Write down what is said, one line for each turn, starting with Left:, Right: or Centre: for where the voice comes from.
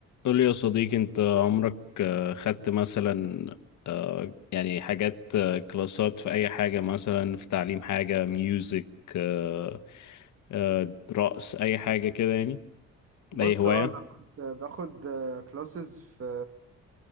Left: قول لي يا صديقي انت عمرك آه، خدت مثلا آه، يعني حاجات آه، كلاسات في اي حاجة مثلا في تعليم حاجة ميوزك آه، آه، رقص اي حاجة كده يعني
Right: بص
Left: اي هواية
Right: اه انا كنت باخد كلاسز في